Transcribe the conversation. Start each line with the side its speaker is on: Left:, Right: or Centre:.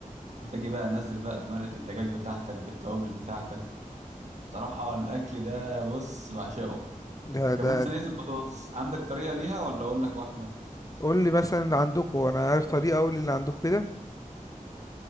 Right: وتجي بقى نازل بقى بمرقه الدجاج بتاعتك بالتوابل بتاعتك بصراحه الاكل ده بص بعشقه
Left: ده
Right: وكمان
Left: ده
Right: صينيه البطاطس عندك طريقه ليها ولا اقول لك واحده
Left: قول لي مثلا عندكم انا عارف طريقه اقول اللي عندكم كده